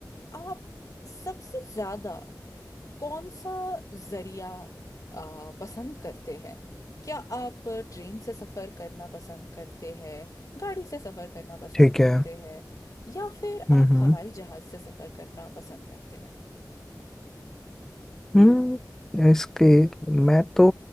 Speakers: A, on the left; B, in the centre.
A: आप सबसे ज्यादा कौन सा जरिया आ, पसंद करते हैं क्या आप ट्रेन से सफर करना पसंद करते हैं गाड़ी से सफर करना पसंद
B: ठीक
A: करते
B: है
A: हैं या फिर
B: हम्म
A: आप
B: हम्म
A: हवाई जहाज से सफर करना पसंद करते हैं
B: हम्म, इसके मैं तो